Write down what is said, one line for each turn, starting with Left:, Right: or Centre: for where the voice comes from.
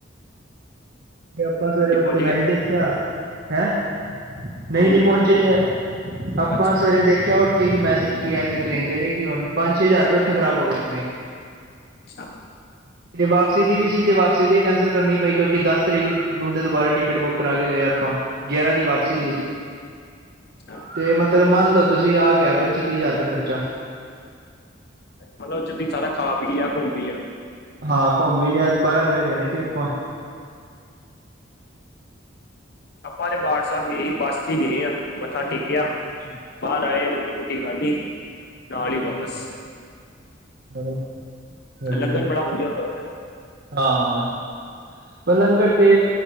Right: ਆਪਾਂ ਸਵੇਰੇ
Left: ਗੱਡੀ
Right: ਉੱਠ
Left: ਪਹੁੰਚ
Right: ਕੇ ਮੈਂ
Left: ਗਏ?
Right: ਹੀ ਦੇਖਿਆ ਹੈਂ ਨਹੀਂ
Left: ਕੋਈ
Right: ਨੀ
Left: ਕੋਈ
Right: ਪਹੁੰਚੇ
Left: ਬੋਲੋ
Right: ਨੀ।
Left: ਬੋਲੋ।
Right: ਆਪਾਂ
Left: ਅੱਛਾ
Right: ਸਵੇਰੇ ਦੇਖਿਆਂ ਉੱਠ ਕੇ ਕੀ ਮੈਸੇਜ ਕੀ ਆਇਆਂ, ਫ਼ਿਰ ਟ੍ਰੇਨ ਚੱਲੇਗੀ ਹੁਣ ਪੰਜ ਛੇ ਹਜ਼ਾਰ ਰੁਪਇਆ ਉੱਥੇ ਖ਼ਰਾਬ ਹੋ ਗਿਆਂ। ਆਪਣੇਂ
Left: ਅੱਛਾ।
Right: <inaudible> <inaudible> ਤੇ ਵਾਪਸੀ ਦੀਵੀ ਸੀ, ਤੇ ਵਾਪਸੀ ਦੀ ਕੈਸਲ ਕਰਨੀ ਪਈ, ਕਿਉਕਿ ਦਸ ਤਰੀਕ ਨੂੰ ਤੇ ਦੁਬਾਰਾ ਟਿਕਟ ਬੁੱਕ ਕਰਾ ਕੇ, ਗਏ ਆਪਾਂ। ਗਿਆਰਾਂ ਦੀ ਵਾਪਸੀ ਸੀ।
Left: ਅੱਛਾ।
Right: ਤੇ ਮਤਲਬ, ਮੰਨ ਲਓ ਤੁਸੀ, ਆ ਗਿਆ ਪੱਚੀ ਤੀਹ ਹਜ਼ਾਰ ਰੁਪਏ ਖਰਚਾ।
Left: ਮਤਲਬ ਉਥੇਂ ਸਾਰਾ ਖਾ ਵੀ ਆ ਘੁੰਮ ਵੀ ਆ
Right: ਹਾਂ ਘੁੰਮ ਵੀ ਲਿਆ ਬਾਰਾਂ ਤੇਰਾਂ ਜਾਣੇ ਸੀ ਆਪਾਂ।
Left: ਆਪਾ ਤੇ ਦਰਬਾਰ ਸਾਹਿਬ ਗਏ ਹੀ, ਬੱਸ ਚ ਗਏ ਆ ਮੱਥਾਂ ਟੇਕਿਆ।
Right: ਅੱਛਾ ਅੱਛਾ
Left: ਬਾਹਰ ਆਏਂ, ਰੋਟੀ ਰੁਟੀ ਖਾਧੀ। ਨਾਲ
Right: ਅੱਛਾ
Left: ਈ ਵਾਪਸ
Right: ਅੱਛਾ ਚਲੋ ਵਧੀਆ
Left: ਲੰਗਰ ਬੜਾ ਵਧੀਆ ਹੁੰਦਾ ਓਥੇ ਦਾ।
Right: ਹਾਂ ਪਰ ਲੰਗਰ ਤੇ